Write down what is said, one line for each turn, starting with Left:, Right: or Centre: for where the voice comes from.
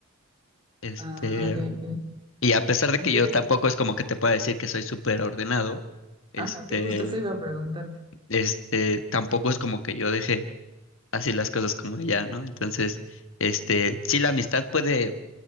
Left: Este,
Right: Ah, ok, ok.
Left: y a pesar de
Right: Tú
Left: que yo
Right: eres...
Left: tampoco es como que te pueda decir que soy súper ordenado, este,
Right: Ah, ok, justo eso iba a preguntar.
Left: este, tampoco es como que yo deje así las cosas como ya, ¿no? Entonces, este, sí, la amistad puede